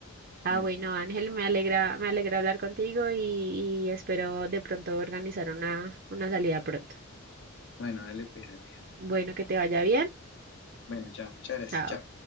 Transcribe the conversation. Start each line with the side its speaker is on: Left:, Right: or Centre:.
Right: Ah,
Left: Bien.
Right: bueno, Ángel, me alegra, me alegra hablar contigo y, y espero de pronto organizar una, una salida pronto.
Left: Bueno, dale pues, dale.
Right: Bueno, que te vaya bien.
Left: Bueno, chao. Muchas gracias.
Right: Chao.
Left: Chao.